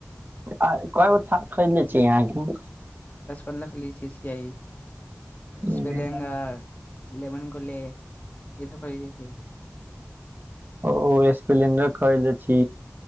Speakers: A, on the right; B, on the left.
A: आ केगो थार खरीदले छिय अहाँके
B: पचपन्ना खाली जे स आइ <unintelligible>
A: अहाँके
B: स्पेलंगा लेमन गल ईस ख छै
A: ओ स्प्लेंडर खरीदने छी